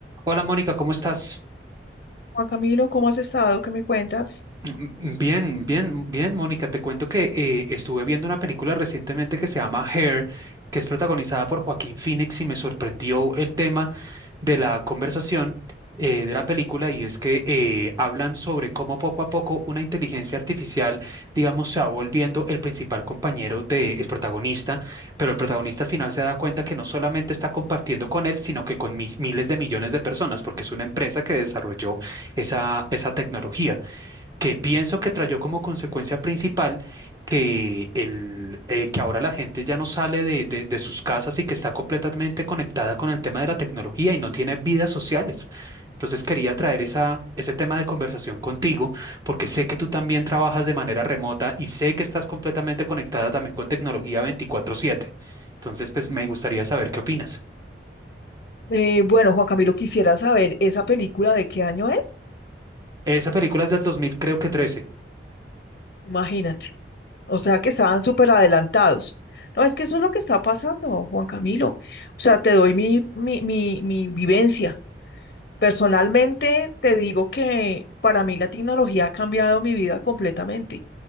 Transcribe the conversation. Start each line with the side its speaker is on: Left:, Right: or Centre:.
Right: Hola Mónica, ¿cómo estás?
Left: Juan Camilo, ¿cómo has estado? ¿Qué me cuentas?
Right: Mm, Bien, bien, bien, Mónica. Te cuento que eh, estuve viendo una película recientemente que se llama Hair, que es protagonizada por Joaquín Phoenix y me sorprendió el tema de la conversación eh, de la película y es que eh, hablan sobre cómo poco a poco una inteligencia artificial, digamos, se va volviendo el principal compañero del protagonista, pero el protagonista al final se da cuenta que no solamente está compartiendo con él, sino que con mi- miles de millones de personas, porque es una empresa que desarrolló esa, esa tecnología que pienso que trayó como consecuencia principal que, el, eh, que ahora la gente ya no sale de, de- de sus casas y que está completamente conectada con el tema de la tecnología y no tiene vidas sociales. Entonces quería traer esa, ese tema de conversación contigo porque sé que tú también trabajas de manera remota y sé que estás completamente conectada también con tecnología 24/7. Entonces, pues me gustaría saber qué opinas.
Left: Eh, bueno, Juan Camilo, quisiera saber, ¿esa película de qué año es?
Right: Esa película es del 2000, creo que 13.
Left: Imagínate. O sea, que estaban súper adelantados. No, es que eso es lo que está pasando, Juan Camilo. O sea, te doy mi, mi, mi, mi vivencia. Personalmente, te digo que para mí la tecnología ha cambiado mi vida completamente,